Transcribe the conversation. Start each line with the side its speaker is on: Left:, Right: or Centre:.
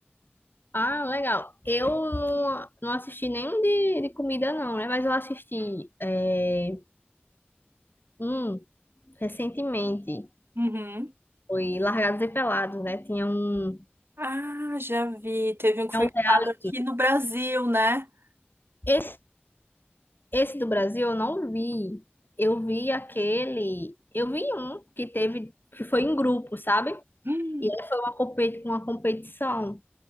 Left: Ah, legal. Eu não, não assisti nenhum de, de comida, não, né? Mas eu assisti é, um recentemente.
Right: Uhum.
Left: Foi Largados e Pelados, né? Tinha um,
Right: Ah, já vi. Teve um que
Left: tinha
Right: foi
Left: um
Right: gravado
Left: reality.
Right: aqui no Brasil, né? <gasps>
Left: Esse Esse do Brasil eu não vi. Eu vi aquele. Eu vi um que teve, que foi em grupo, sabe?
Right: Hum.
Left: E aí foi uma, competi uma competição.